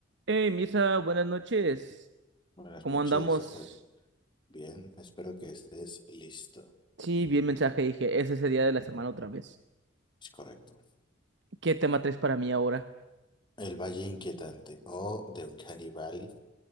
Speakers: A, on the right; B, on the left.
A: Hey, Misa, buenas noches.
B: Buenas
A: ¿Cómo
B: noches,
A: andamos?
B: espero. Bien, espero que estés listo.
A: Sí, vi el mensaje y dije, es ese día de la semana otra vez.
B: Es correcto.
A: ¿Qué tema traes para mí ahora?
B: El Valle Inquietante o de Uncanny Valley